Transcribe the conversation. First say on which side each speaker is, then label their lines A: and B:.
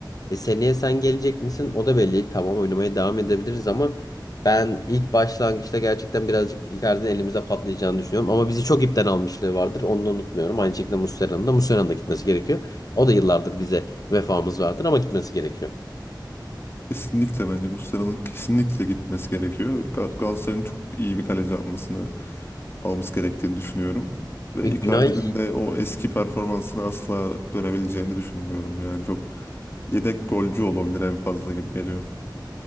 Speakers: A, on the left; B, on the left.
A: E, seneye sen gelecek misin? O da belli. Tamam oynamaya devam edebiliriz ama ben ilk başlangıçta gerçekten birazcık Icardi'nin elimizde patlayacağını düşünüyorum. Ama bizi çok ipten almışlığı vardır. Onu da unutmuyorum. Aynı şekilde Muslera'nın da Muslera'nın da gitmesi gerekiyor. O da yıllardır bize vefamız vardır ama gitmesi gerekiyor.
B: Kesinlikle bence Muslera'nın kesinlikle gitmesi gerekiyor. Ga- Galatasaray'ın çok iyi bir kaleci almasını olması gerektiğini düşünüyorum. Ve
A: E,
B: Icardi'nin
A: Günay,
B: de o eski performansına asla dönebileceğini düşünmüyorum. Yani çok yedek golcü olabilir en fazla gibi geliyor.